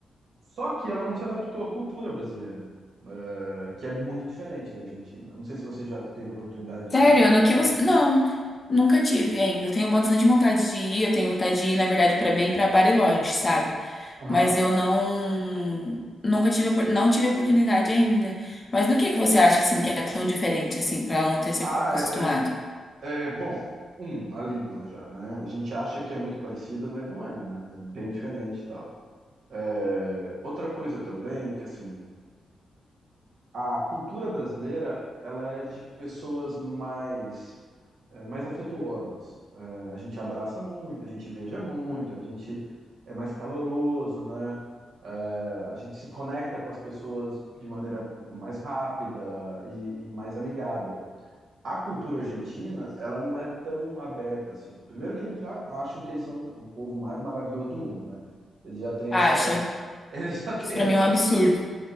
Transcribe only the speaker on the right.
Só que ela não se adaptou à cultura brasileira, eh, que é muito diferente da Argentina. Não sei se você já teve a oportunidade de
ir pra Argentina.
Aham.
Ah,
é, é, é- bom. Um, a língua já, né? A gente acha que é muito parecida, mas não é, né? É bem diferente e tal. Eh, outra coisa também é que assim. a cultura brasileira ela é de pessoas mais eh, mais afetuosas. Eh, a gente abraça muito, a gente beija muito, a gente é mais caloroso, né? Eh, a gente se conecta com as pessoas de maneira mais rápida e, e mais amigável. A cultura argentina, ela não é tão aberta assim. Primeiro que eles já acham que eles são o povo mais maravilhoso do mundo, né? Eles já têm
essa, <laughs> eles já têm
essa